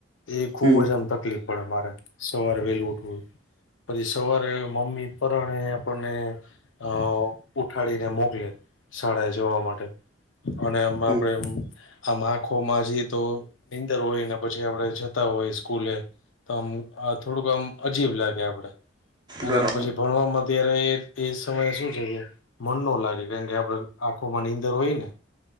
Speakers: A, on the left; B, on the right.
A: એ ખુબ
B: હમ
A: જ આમ તકલીફ પડે મારે સવારે વહેલુ. પછી સવારે મમ્મી પરણે આપણને અ ત્યાં મોકલે શાળા એ જવા માટે અને એમ આપડે
B: હમ
A: આ આંખોમાં જી તો નીંદર હોય ને પછી આપણે જતા હોય સ્કૂલે આમ આ થોડુંક આમ. અજીબ લાગે આપડે અને
B: બરાબર
A: આમ પછી ભણવાવામાં અત્યારે એ સમયે શું છે. મન નો લાગે કારણ કે આપડે આખો નીંદર હોય ને.